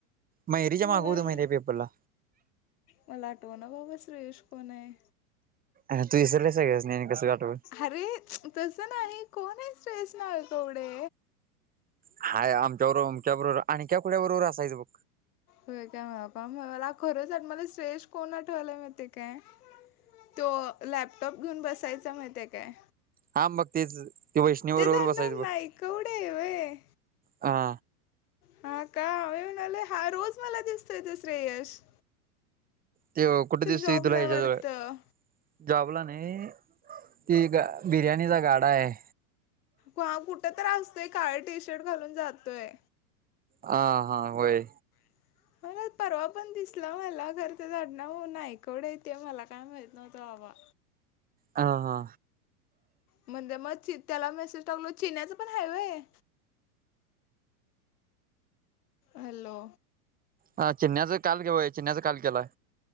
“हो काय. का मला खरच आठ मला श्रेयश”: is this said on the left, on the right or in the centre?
Left